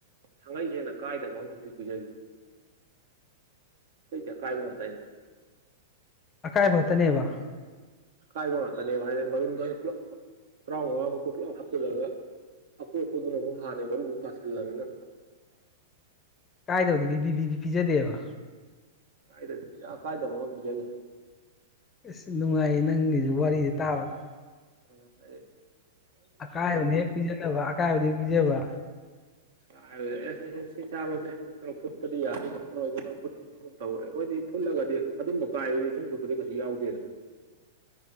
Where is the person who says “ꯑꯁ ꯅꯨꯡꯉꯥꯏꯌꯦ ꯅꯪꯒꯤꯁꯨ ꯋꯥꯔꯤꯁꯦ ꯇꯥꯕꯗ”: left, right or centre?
Left